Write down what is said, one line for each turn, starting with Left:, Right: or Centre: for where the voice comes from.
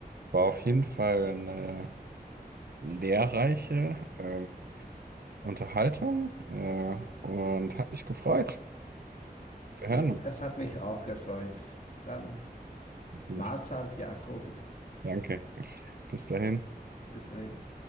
Right: war auf jeden Fall eine lehrreiche. ähm, Unterhaltung äh, und hat mich gefreut. Wir
Left: Äh,
Right: hören uns.
Left: Es hat mich auch gefreut. Dann
Right: Gut,
Left: Mahlzeit, Jakob.
Right: danke. Bis dahin.
Left: Bis dahin.